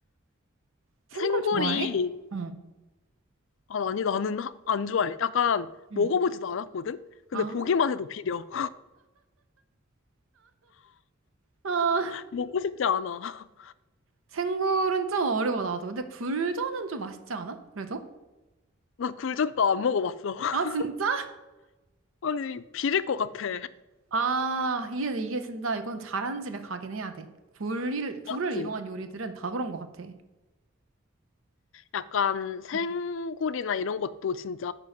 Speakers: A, on the right; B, on the left.
A: 생굴
B: 생굴이
A: 좋아해? 응,
B: 아, 아니, 나는 하- 안 좋아해. 약간
A: 응.
B: 먹어보지도 않았거든? 근데
A: 아,
B: 보기만 해도 비려.
A: 아,
B: <laughs> 먹고 싶지 않아. <laughs>
A: 생굴은 좀 어려워, 나도. 근데 굴전은 좀 맛있지 않아? 그래도?
B: 나 굴전도 안 먹어봤어. <laughs>
A: 아, 진짜?
B: 아니, 비릴 것 같아.
A: 아, 이게, 이게 진짜 이건 잘하는 집에 가긴 해야 돼. 굴을, 굴을
B: 맞지?
A: 이용한 요리들은 다 그런 것 같아.
B: 약간 생굴이나
A: 음,
B: 이런 것도 진짜